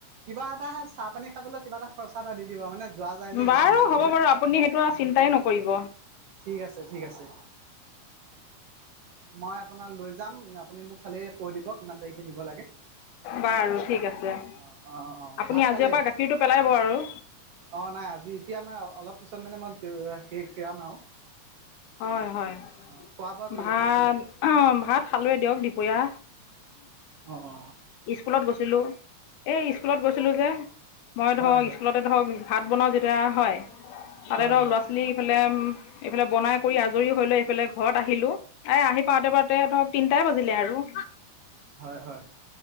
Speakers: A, on the right; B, on the left.
A: কিবা এটা চাহ পানী খাবলৈ কিবা এটা খৰচা এটা দি দিব মানে যোৱা যায় যে
B: বাৰু
A: ইমান দূৰলে।
B: হ'ব বাৰু আপুনি সেইটো আৰু চিন্তাই নকৰিব
A: ঠিক আছে, ঠিক আছে। মই আপোনাৰ লৈ যাম আপুনি মোক খালি কৈ দিব কিমান তাৰিখে নিব লাগে।
B: বাৰু ঠিক আছে আপুনি
A: অ অ অ ভাত খালে
B: আজিৰ পৰা গাখীৰতটো পেলাইব আৰু।
A: অ' নাই আজি এতিয়া মানে অলপ পিছত মানে মই কিৰিম আৰু।
B: হয়-হয়
A: অ খোৱা বোৱা কৰিলে
B: ভাত-ভাত
A: ভাত খালে
B: খালোৱে দিয়ক দুপৰীয়া।
A: অ-অ,
B: স্কুলত গৈছিলো এই স্কুলত গৈছিলো যে, মই ধৰক
A: হয় হয়
B: স্কুলতে ধৰক ভাত বনাওঁ যেতিয়া হয় তাতে
A: হয়
B: ধৰক
A: হয়
B: ল'ৰা ছোৱালী ইফালে এইফালে বনাই কৰি আজৰি হৈ লৈ এইফালে ঘৰত আহিলো এ আহি পাওঁতে পাৰোতে ধৰক তিনটা। দিলে আৰু।
A: হয়-হয়।